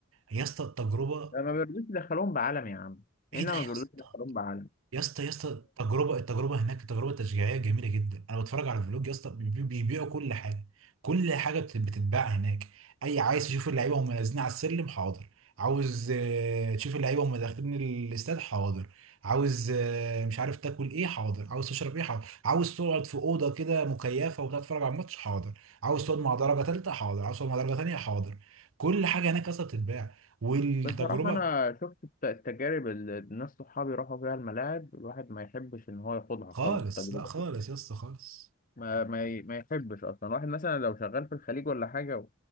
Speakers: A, on the right; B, on the left.
A: يا اسطى التجربه
B: لا، ما بيرضوش يدخلوهم بعلم يا عم هنا
A: ايه ده
B: ما
A: يا
B: بيرضوش
A: اسطى
B: يدخلوهم بعلم
A: يا اسطى يا اسطى التجربه التجربه هناك تجربه تشجيعيه جميله جدا انا بتفرج على الفلوج يا اسطى بيبي- بيبيعوا كل حاجه كل حاجه بت- بتتباع هناك اي عايز تشوف اللعيبه وهم نازلين على السلم حاضر عاوز آه، تشوف اللعيبه وهم داخلين الاستاد حاضر عاوز آه، مش عارف تاكل ايه حاضر عاوز تشرب ايه حاضر عاوز تقعد في اوضه كده مكيفه وتقعد تتفرج على الماتش حاضر عاوز تقعد مع درجه ثالثه حاضر عاوز تقعد مع درجه ثانيه حاضر كل حاجه هناك اصلا بتتباع والتجربه
B: بصراحة أنا شفت الت- التجارب اللي الناس صحابي راحوا فيها الملاعب الواحد ما يحبش إن هو ياخدها
A: خالص
B: خالص التجربة
A: لا خالص
B: دي
A: يا اسطى خالص
B: ما ما ي- ما يحبش أصلا واحد مثلا لو شغال في الخليج ولا حاجة و...